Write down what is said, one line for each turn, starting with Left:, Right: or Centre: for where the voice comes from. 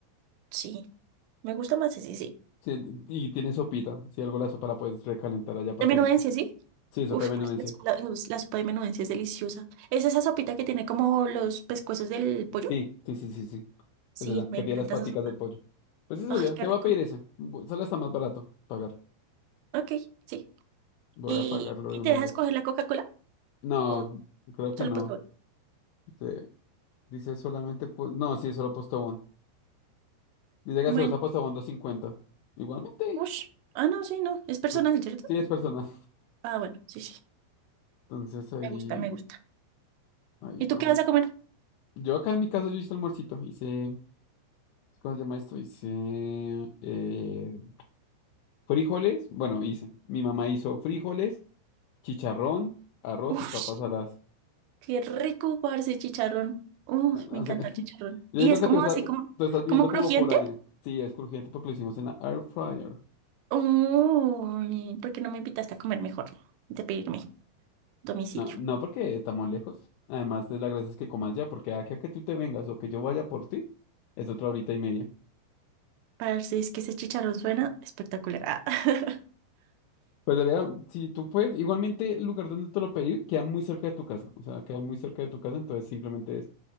Right: Sí. Me gusta más ese, sí. sí.
Left: Sí, y tiene sopita. Si algo la sopa la puedes recalentar allá para
Right: De menudencia,
Left: que no te-
Right: ¿sí?
Left: Sí, sopa
Right: Uf,
Left: de menudencia.
Right: la, sopa la- la sopa de menudencia es deliciosa. ¿Es esa sopita que tiene como los pescuezos del pollo?
Left: Sí, sí, sí, sí, sí.
Right: Sí,
Left: Es esa,
Right: me
Left: que
Right: encanta
Left: tiene las paticas
Right: esa sopa.
Left: del pollo. Pues sí, sería.
Right: Ay, qué
Left: Te
Right: rico.
Left: voy a pedir ese. Bu- Sale hasta más barato pagar.
Right: Ok, sí.
Left: Voy
Right: ¿Y,
Left: a pagarlo
Right: y
Left: de una
Right: te dejas
Left: vez.
Right: coger la Coca-Cola?
Left: No,
Right: ¿O
Left: creo que
Right: solo
Left: no.
Right: postre?
Left: Sí. Dice solamente, pu- no, sí, solo Postobón. Dice gaseosa
Right: Bueno,
Left: Postobón doscientos cincuenta Igualmente,
Right: ush. Ah, no, sí, no. Es personal,
Left: tú-
Right: ¿cierto?
Left: sí es personal.
Right: Ah, bueno, sí, sí.
Left: <laughs> Entonces ahí,
Right: Me gusta, me gusta.
Left: ahí
Right: ¿Y
Left: vamos.
Right: tú qué vas a comer?
Left: Yo acá en mi casa yo hice almuercito, hice, ¿cómo se llama esto? Hice eh, frijoles, bueno, hice. Mi mamá hizo frijoles, chicharrón, arroz
Right: Uf,
Left: y papas saladas.
Right: qué rico, parce, chicharrón. Uf,
Left: Ah, ah,
Right: me encanta
Left: sí. <laughs>
Right: el chicharrón.
Left: Yo
Right: Y
Left: siento
Right: es
Left: que
Right: como
Left: tú, estás
Right: así, como,
Left: tú estás viendo
Right: como crujiente.
Left: como foránea. Sí, es crujiente porque lo hicimos en la air fryer.
Right: Oh, ¿por qué no me invitaste a comer mejor? De pedirme domicilio.
Left: No, no porque estamos lejos. Además, de la gracia es que comas ya, porque aquí a que tú te vengas o que yo vaya por ti, es otra horita y media.
Right: Parce, es que ese chicharrón suena espectacular. Ah, <laughs>
Left: Pues debería, si tú puedes, igualmente el lugar donde te lo pedí queda muy cerca de tu casa. O sea, queda muy cerca de tu casa, entonces simplemente es,